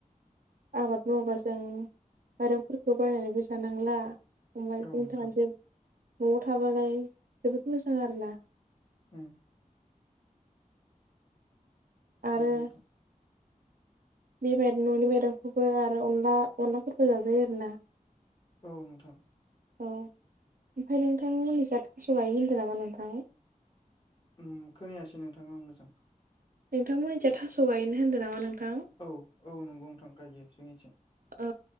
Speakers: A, on the right; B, on the left.
A: आबाद मावोबा जों आरोब फोरखौ बायनानैबो जानांला होमबा जोंनि
B: औ नोंथां
A: थाखायसो न'आव थाबालाय जोबोद मोजां आरोना
B: उम
A: आरो
B: नोंगौ नोंथां
A: बे बाइ न'नि माइरंखौबो आरो अनला अनलाफोरबो जाजायो आरोना
B: औ नोंथां
A: औ ओमफ्राय नोंथां मुलिजाथ थास' गायो होनदों नामा नोंथां
B: उम खोनायासै नोंथां आं मोजां
A: नोंथां मुलिजा थास' गायनो होन्दों नामा नोंथां
B: औ औ नंगौ नोंथां गायो जोंनिथिं
A: औ